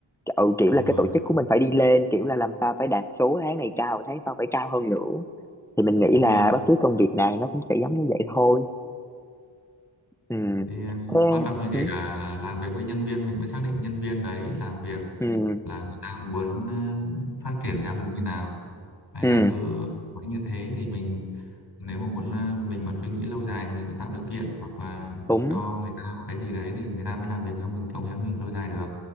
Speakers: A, in the centre; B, on the left.
A: ừ kiểu
B: đúng
A: là
B: rồi
A: cái tổ chức của mình phải đi lên kiểu là làm sao phải đạt số tháng này cao tháng sau phải cao hơn nữa thì mình nghĩ
B: đúng
A: là
B: rồi
A: bất cứ công việc nào nó cũng sẽ giống như vậy thôi ừ
B: thì ờ,
A: thế
B: quan trọng như kể
A: ừ
B: cả làm việc với nhân viên mình cũng xác định nhân viên đấy làm việc
A: ừ,
B: là người ta muốn ờ, phát triển theo hướng như nào hay
A: ừ.
B: là cứ mãi như thế thì mình nếu mà muốn ờ, mình mà suy nghĩ lâu dài thì mình phải tạo điều kiện hoặc là
A: đúng
B: cho người ta một cái gì đấy thì người ta mới làm việc cho mình cống hiến mình lâu dài được